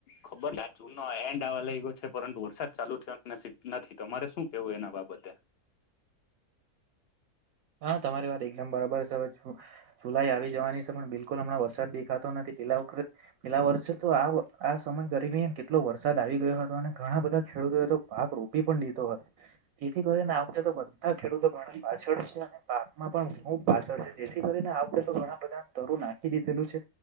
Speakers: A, on the left (about 50°); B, on the right (about 70°).
A: ખબર જૂન, નો એન્ડ આવા લાગ ગયો છે. પરતુ વરસાદ ચાલુ થયો અને સ નથી, તમારે શુ કેવું, એના બાબતે
B: હા, તમારી વાત એકદમ બરાબર છે. હવે જુલાઈ આવી જવાની છે, પણ બિલકુલ હમણા વરસાદ દેખાતો નથી પલા પીલા વરષે, તો આ આ સમય ગરમી કેટલો વરસાદ આવી ગયો, હતો અને ઘણા બધા ખેડૂતો એ તો પાક રોપી પણ લીધો હોય, એથી કરીને આવતા તો બધા ખેડૂતો ઘ પાછળ છે. પાકમાં પણ ખુબ પાછળ છે, જેથી કરીને આપડે તો ઘણા બધા તરું નાખી દીધેલું છે,